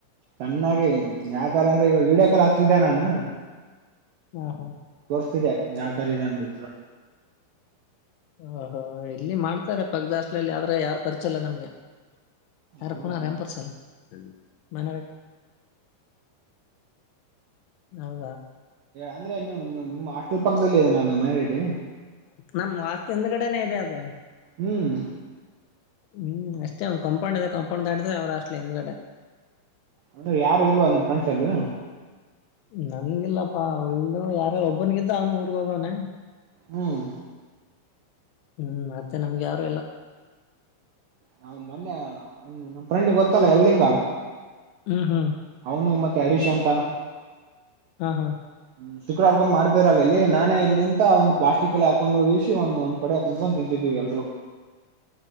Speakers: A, on the right; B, on the left.
A: ಚೆನ್ನಾಗಿ ಯಾವ ತಾರ ಅಂದ್ರೆ ಇವಾಗ ವಿಡಿಯೋ ಕಾಲ್ ಹಾಕ್ತಿದ್ದೆ ನಾನು
B: ಹಾ ಹಾ
A: ತೋರಿಸ್ತಿದೆ ಯಾವ್ ತರ ಇದೆ ಅಂದಿ
B: ಓಹೋ ಇಲ್ಲಿ ಮಾಡ್ತಾರೆ ಪಕ್ದಸ್ಲಲ್ಲಿ ಆದ್ರೆ ಯಾರು ಪರಿಚಯಲ್ಲ ನಮ್ಗೆ ಯಾರಕನ
A: ಹೌದಾ
B: ರ ಎಾಮಪರ್ಸಲ್ಲಿ ಮನ ಹೌದಾ
A: ಅಂದ್ರೆ ನೀವು್ ನಿಮ್ ಅಷ್ಟ್ರಲ್ ಪಕ್ಕದಲ್ಲಿ ಇದ ನ ಮನೆರಟಿ.
B: ನಮ್ ಮಷ್ಟ ಹಿಂದ್ ಕಡೆನೆ ಇದೆ ಅದು
A: ಹ್ಮ್
B: ಹ್ಮ್ ಅಷ್ಟೇ ಒಂದ ಕಂಪೌಂಡ್ ಇದ ಕಂಪೌಂಡ್ಡ್ರ ಅವ್ರ ಅಷ್ಟಲಿ ಇಂದ್ಗಡೆ
A: ಅಂದ್ರೆ ಯಾರು ಇಲ್ವಾ ನಿಮ್ ಫ್ರಂಡ್ಸ್ ಅಲ್ಲಿ
B: ನನ್ಗಿಲ್ಲಪ್ಪಾ ಒಳ್ಳು ಯಾರ್ಯಾರು ಒಬ್ಬನಗಿದ್ದ ಅವ್ನು ಊರ್ಗ್ ಹೋಗವನ
A: ಹ್ಮ್
B: ಹ್ಮ್ ಮತ್ತೆ ನಮ್ಗೆ ಯಾರು ಎಲ್ಲ.
A: ನಾ್ ಮೊನ್ನೆ ಒಂದ್ ನಮ್ ಫ್ರೆಂಡಿಗೆ ಗೊತ್ತಲ್ಲ ಎಲ್ಲಿಂಗ
B: ಹ್ಮ್ ಹ್ಮ್
A: ಹೌನು ಮತ್ತೆ ಹರಿಶಾ ಅಂತ
B: ಹಾ ಹಾ
A: ಹ್ಮ್ ಶುಕ್ರವಾರ್ಗೊಂಡ್ತೀರಲ್ಲ ಇಲ್ಲಿ ನಾನೇ ಇಲ್ಲಿಂದ ಒಂದ ಪ್ಲಸ್ಟಿಕ್ಲ್ ಒಂದು ವಿಷಿ ಒಂದೊಂದ್ ಕಡೆ ಕುಂತ್ಕೊಂಡ ತಿಂತಿದೀವಿ ಎಲ್ರು